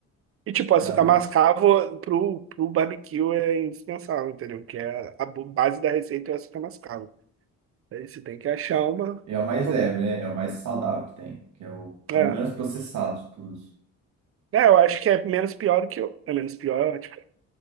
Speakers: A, on the right; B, on the right.
A: E, tipo,
B: Fica
A: açúcar
B: mesmo.
A: mascavo pro, pro barbecue é indispensável, entendeu? Que é a, bu- base da receita é o açúcar mascavo. Aí você tem que achar uma,
B: E é o mais
A: uma
B: leve,
A: boa.
B: né? É o mais saudável que tem, que é o, é
A: É.
B: o menos processado de todos.
A: É, eu acho que é menos pior do que o. É menos pior, tipo.